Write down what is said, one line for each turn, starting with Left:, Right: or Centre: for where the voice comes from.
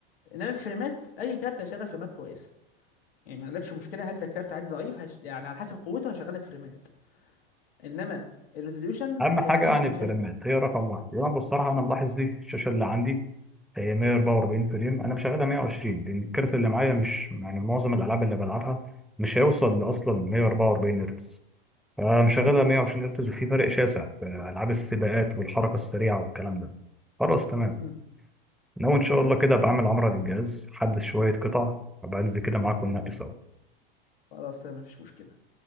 Left: انما الفريمات اي كارت هيشغل فريمات كويسه يعني ما عندكش مشكله هات لك كارت عادي ضعيف هش... يعني على حسب قوته هشغل لك فريمات انما الريزوليوشن
Centre: اهم
Left: هيعمل
Centre: حاجه يعني
Left: لك مشاكل
Centre: الفريمات هي رقم واحد يعني أنا بصراحه انا ملاحظ دي الشاشه اللي عندي هي 144 فريم انا مشغلها 120 لان الكارت اللي معايا مش يعني معظم الالعاب اللي بلعبها مش هيوصل اصلا 144 هرتز فمشغلها
Left: امم
Centre: 120 هرتز وفي فرق شاسع في العاب السباقات والحركه السريعه والكلام ده خلاص تمام
Left: امم
Centre: ناوي ان شاء
Left: تمام
Centre: الله كده ابقى اعمل عمره للجهاز حدث شويه قطع وابقى انزل كده معاك وننقي سوا
Left: خلاص تمام مفيش مشكله